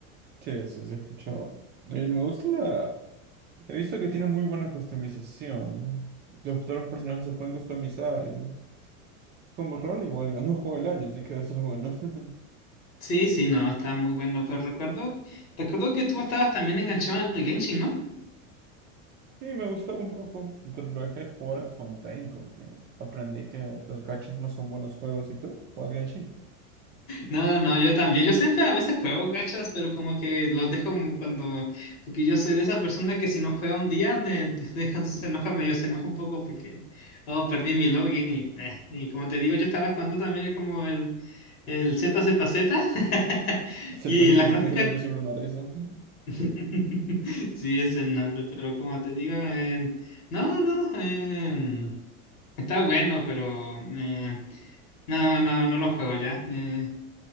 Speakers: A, on the right; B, on the left.
A: Sí, sí, se escuchaba. Y me gusta la. He visto que tiene muy buena customización, ¿no? Los futuros personajes se pueden customizar y como rol igual ganó el juego del año, así que debe ser bueno. <laughs>
B: Sí, sí, no, está muy bueno, pero recuerdo, recuerdo que tú estabas también enganchado en el Genshin, ¿no?
A: Sí, me gustaba un poco, pero lo dejé de jugar en Fontaine porque aprendí que los gachas no son buenos juegos y tú juegas Genshin.
B: No, no, yo también. Yo siempre a veces juego gachas, pero como que los dejo como cuando. Porque yo soy de esa persona que si no juega un día, de, de- de- <laughs> entonces se enoja, medio se enoja un poco porque. Oh, perdí mi login y. eh. Y como te digo, yo estaba jugando también como el, el z z z <laughs>
A: Z,
B: Y
A: Z,
B: las
A: Z,
B: gráficas.
A: ese nombre siempre me da risa. <laughs>
B: <laughs> Sí, es el nombre, pero como te digo, en- no, no. em, está bueno, pero. eh, no, no, no lo juego ya. eh,